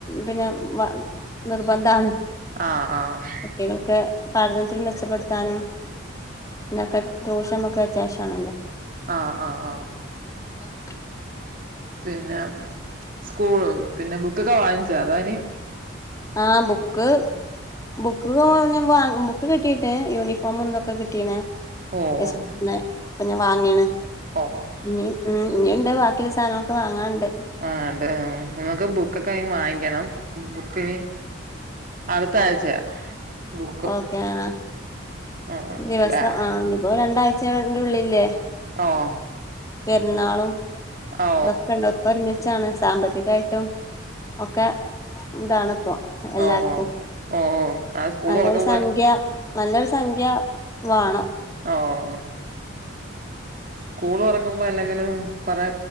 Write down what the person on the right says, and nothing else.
ആഹ് ആഹ്
ആഹ് ആഹ് ആഹ്
പിന്നെ സ്കൂള് പിന്നെ ബുക്കൊക്കെ വാങ്ങിച്ചോ അതോ ഇനി
ഓ
ഓഹ് ഓഹ് ഏഹ്
ആഹ് ഇണ്ട് ഉം അമ്മക്ക് ബുക്കക്കെ ഇനി വാങ്ങിക്കണം ബുക്കിന് അട്ത്ത ആഴ്ചയാ ബുക്ക്
ആ
ബാ
ആഹ്
ഓ
ഓ ഓ ഓ ഓ അത് സ്കൂൾ
തുറക്കുമ്പോ
ഓഹ് ഉം സ്കൂള് തൊറക്കുമ്പ അല്ലെങ്കിലും കൊറെ